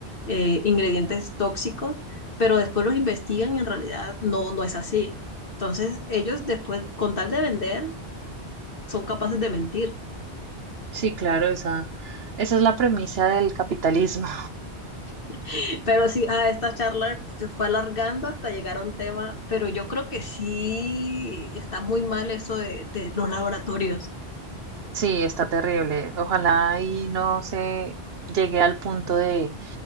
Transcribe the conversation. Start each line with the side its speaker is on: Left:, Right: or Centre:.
Left: eh, ingredientes tóxicos, pero después los investigan y en realidad no, no es así, entonces ellos después, con tal de vender, son capaces de mentir.
Right: Sí, claro, esa, esa es la premisa del capitalismo.
Left: <laughs> Pero sí, ah, esta charla se fue alargando hasta llegar a un tema, pero yo creo que sí está muy mal eso de, de los laboratorios.
Right: Sí, está terrible. Ojalá y no se llegue al punto de